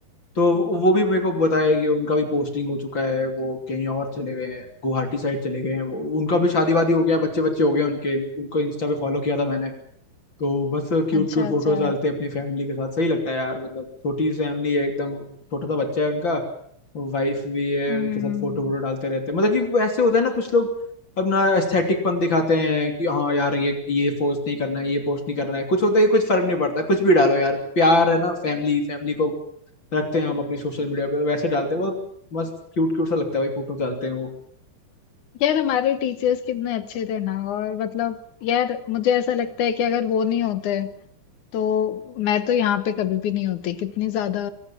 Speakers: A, on the left; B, on the left.
A: तो वो भी मेरे को बताया कि उनका भी पोस्टिंग हो चुका है वो कहीं और चले गए हैं गुवाहाटी साइड चले गए हैं वो उनका भी शादी वादी हो गया बच्चे बच्चे हो गए उनके उनको इंस्टा पे फॉलो किया था मैंने तो बस क्यूट
B: अच्छा,
A: क्यूट
B: अच्छा।
A: फोटोज डालते हैं अपनी फैमिली के साथ सही लगता है यार मतलब छोटी सी फैमिली है एकदम छोटा सा बच्चा है उनका वाइफ भी है
B: हम्म
A: उनके साथ फोटो वोटो डालते रहते हैं मतलब कि वो ऐसे होता है ना कुछ लोग अपना एस्थेटिकपन दिखाते हैं कि हाँ यार ये ये पोस्ट नहीं करना है ये पोस्ट नहीं करना है कुछ होता है कि कुछ फर्क नहीं पड़ता कुछ भी डालो यार प्यार है ना फैमिली फैमिली को रखते हैं हम अपने सोशल मीडिया पे वैसे डालते हैं बहुत मस्त क्यूट क्यूट सा लगता है भाई फोटो डालते हैं वो
B: यार हमारे टीचर्स कितने अच्छे थे ना और मतलब यार मुझे ऐसा लगता है कि अगर वो नहीं होते तो मैं तो यहाँ पे कभी भी नहीं होती कितनी ज्यादा